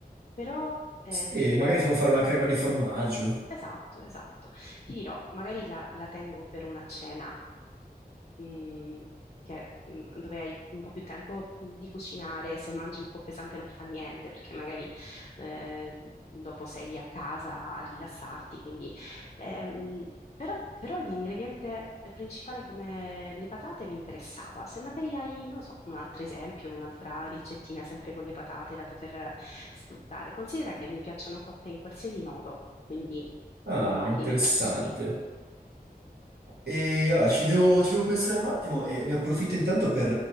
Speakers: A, on the left; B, on the right.
A: Però eh,
B: sì,
A: ti dirò,
B: magari si può fare una crema di formaggio.
A: esatto, esatto, ti dirò, magari la la tengo per una cena mh, che mh, dove hai un po' più tempo mh, di cucinare, se mangi un po' pesante non fa niente, perché magari eh, dopo sei a casa a rilassarti, quindi ehm, però, però l'ingrediente principale come le patate mi interessava. Se magari hai, non so, un altro esempio, un'altra ricettina sempre con le patate da poter sfruttare. Considera che mi piacciono cotte in qualsiasi modo, quindi
B: Ah,
A: non ho limitazioni.
B: interessante. E allora, ci devo, ci devo pensare un attimo e ne approfitto intanto per,